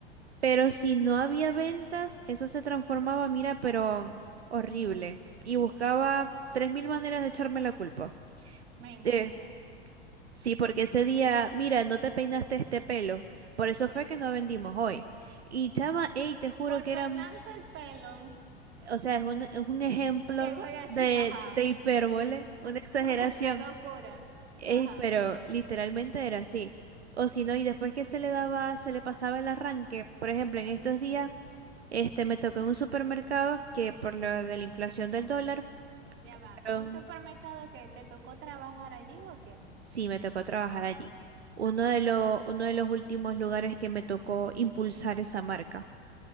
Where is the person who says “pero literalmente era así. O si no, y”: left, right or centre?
Right